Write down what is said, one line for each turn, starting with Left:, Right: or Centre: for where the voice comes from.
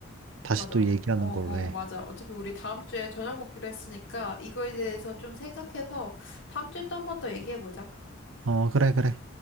Right: 다시
Left: 맞아.
Right: 또 얘기하는
Left: 어, 어,
Right: 걸로 해.
Left: 맞아. 어차피 우리 다음 주에 저녁 먹기로 했으니까 이거에 대해서 좀 생각해서 다음 주에 또 한번 더 얘기해 보자.
Right: 어, 그래, 그래.